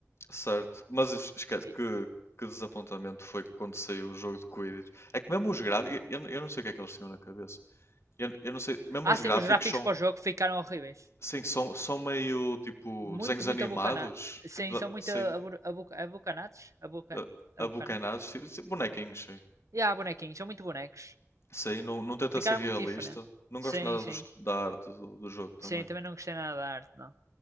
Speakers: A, on the left; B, on the right.
A: Certo, mas es- esquece
B: E-
A: que, que desapontamento foi quando saiu o jogo de Quidditch. É que mesmo os gráficos, eu, eu não sei o que é que eles tinham na cabeça. Eu, eu não sei, mesmo
B: Ah
A: os
B: sim,
A: gráficos
B: os gráficos
A: são,
B: para o jogo ficaram horríveis.
A: sim, são, são meio tipo
B: Muito,
A: desenhos
B: muito
A: animados,
B: abocanado. Sim,
A: tipo, da-
B: são muito
A: sim,
B: abur- abu- abocanados. Aboca...
A: a-
B: Abocanados?
A: abocanados, tipo, tipo bonequinhos, sim.
B: E há bonequinhos, são muito bonecos.
A: Sim, não, não tenta
B: Ficaram
A: ser realista.
B: muito diferentes.
A: Não
B: Sim,
A: gosto nada
B: sim.
A: do est- da arte do, do jogo também.
B: Sim, também não gostei nada da arte, não.